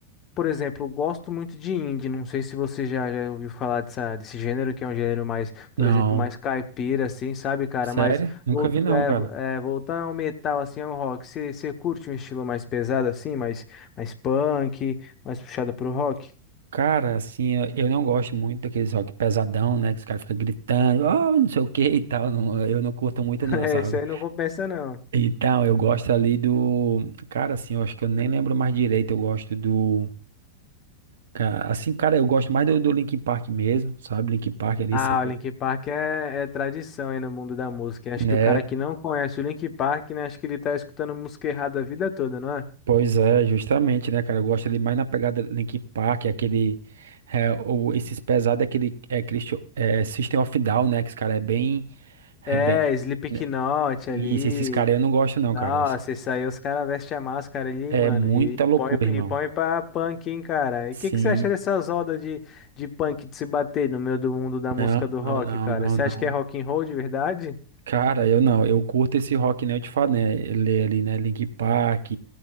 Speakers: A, on the left; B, on the right.
A: por exemplo, eu gosto muito de indie, não sei se você já, já ouviu falar dessa, desse gênero, que é um gênero mais, por
B: Não,
A: exemplo, mais caipira, assim, sabe, cara,
B: sério?
A: mas
B: Nunca
A: volto,
B: vi não,
A: é,
B: cara.
A: é, voltando ao metal, assim, ao rock, você você curte um estilo mais pesado, assim, mais, mais punk, mais puxado pro rock? <laughs>
B: Cara, assim, eu, eu não gosto muito daqueles rock pesadão, né? Que os caras ficam gritando, ah, não sei o que e tal. não- eu não curto muito não,
A: É,
B: sabe?
A: isso aí não compensa, não.
B: Então, eu gosto ali do... Cara, assim, eu acho que eu nem lembro mais direito. Eu gosto do... ca- Assim, cara, eu gosto mais do, do Linkin Park mesmo, sabe? Linkin Park ali
A: Ah,
B: sempre...
A: o Linkin Park é, é tradição aí no mundo da música.
B: Né?
A: Acho que o cara que não conhece o Linkin Park, né? Acho que ele tá escutando música errada a vida toda, não é?
B: Pois é, justamente, né, cara? Eu gosto ali mais na pegada Linkin Park, é aquele. É, ou esses pesados, é aquele. É, Christian, é System of Down, né? Que esse cara é bem. É
A: É,
B: bem.
A: Slipknot
B: né, Isso,
A: ali.
B: esses caras eu não gosto, não,
A: Nossa,
B: cara. Esse-
A: isso aí os caras vestem a máscara ali,
B: É
A: mano,
B: muita
A: e
B: loucura,
A: põe,
B: irmão.
A: e põe pra punk, hein, cara. E
B: Sim.
A: o que que você acha dessas rodas de, de punk de se bater no meio do mundo da música
B: Não,
A: do
B: não,
A: rock,
B: não,
A: cara?
B: não,
A: Você
B: não.
A: acha que é rock and roll de verdade?
B: Cara, eu não, eu curto esse rock, né? Eu te falo, né? Ele é ali, né? Linkin Park,